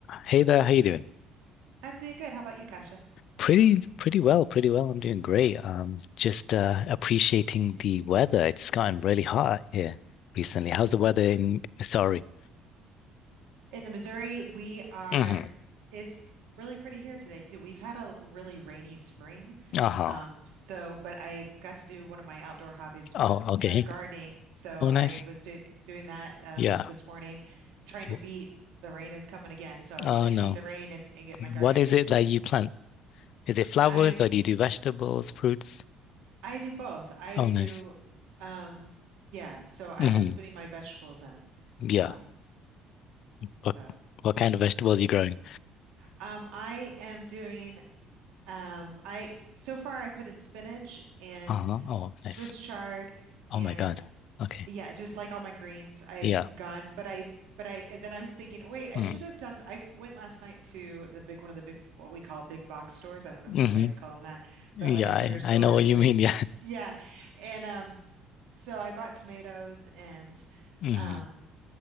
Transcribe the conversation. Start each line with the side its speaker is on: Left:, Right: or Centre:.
Left: Hey there, how you doing?
Right: I'm doing good. How about you, Kasia?
Left: Pretty, pretty well, pretty well. I'm doing great. Um, just uh, appreciating the weather. It's gotten really hot here recently. How's the weather in Sorry.
Right: In the Missouri, we are,
Left: hmm
Right: it's really pretty here today too. We've had a really rainy spring.
Left: Uh-huh.
Right: Um, so, but I got to do one of my outdoor hobbies
Left: Oh,
Right: was
Left: okay.
Right: uh, gardening. So
Left: Oh,
Right: I
Left: nice.
Right: was do doing that um,
Left: Yeah.
Right: just this morning, trying
Left: W-
Right: to beat the rain is coming again. So I was
Left: Oh
Right: trying
Left: no.
Right: to beat the rain and, and get my gardening
Left: What is
Right: in.
Left: it that you plant? Is it flowers
Right: I
Left: or do you do vegetables, fruits?
Right: I do both. I
Left: Oh,
Right: do,
Left: nice.
Right: um, yeah. So I
Left: hmm
Right: was putting my vegetables in.
Left: Yeah.
Right: Um, so.
Left: What what kind of vegetables are you growing?
Right: Um, I am doing Um, I so far I put in spinach and
Left: Uh-huh. Oh,
Right: Swiss
Left: nice.
Right: chard
Left: Oh
Right: and
Left: my God. Okay.
Right: yeah, just like all my greens, I've
Left: Yeah.
Right: gone, but I but I and then I was thinking, oh, wait, I
Left: Mm.
Right: should have done I went last night to the big one of the big what we call big box stores. I don't know if
Left: hmm
Right: you guys call them that,
Left: Yeah,
Right: but like our
Left: I,
Right: bigger stores
Left: I know what
Right: that
Left: you mean. <laughs> Yeah.
Right: yeah. And um so I bought tomatoes and
Left: hmm
Right: um